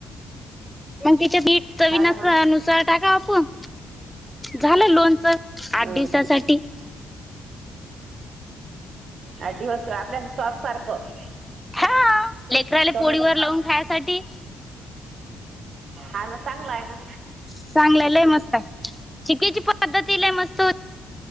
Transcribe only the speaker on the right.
हा ना हो ना
हम्म
हम्म अ दिवस आपल्या सॉस सारखं.
टोमॅटो
सॉस
हा ना चांगला आहे ना.